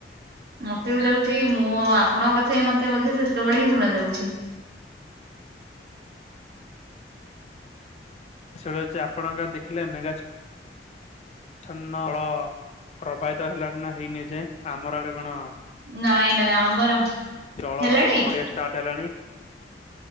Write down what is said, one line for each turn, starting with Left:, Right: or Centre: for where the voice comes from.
Right: ମତେ ବି ଲାଗୁଚି ମୁଁ ଆପଣଙ୍କ କଥା ହି ମତେ ସେତେବେଳେ ହିଁ ଶୁଣ ଯାଉଛି।
Left: ସେଇଡା ଚି ଆପଣଙ୍କ ଦେଖିଲେ ମେଗା ଚଛନ୍ନଳ ପ୍ରବାହିତ ହେଲାଣି ନା ହେଇନି ଏଁ ଯା ଏ ଆମର ଆଡେ କଣ
Right: ନାଇଁ ନାଇଁ ଆମର
Left: ଜଳ
Right: ହେଲାଣି
Left: ପଡିବା ଷ୍ଟାର୍ଟ ହେଲାଣି।